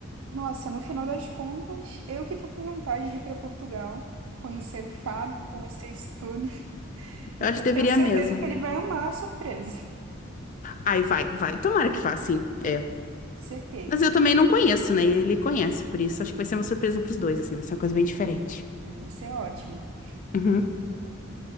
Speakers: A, on the right; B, on the left.
A: Nossa, no final das contas, eu que tô com vontade de ir para Portugal, conhecer o Fábio, conhecer isso tudo. <laughs>
B: Eu
A: Então,
B: acho que
A: eu
B: deveria
A: tenho certeza
B: mesmo.
A: que ele vai amar a surpresa.
B: Ai, vai, vai. Tomara que vá, sim. É,
A: Certeza.
B: Mas eu também não conheço, né? Ele conhece, por isso acho que vai ser uma surpresa pros dois, assim, vai ser uma coisa bem diferente.
A: Aí vai ser ótimo.
B: Uhum,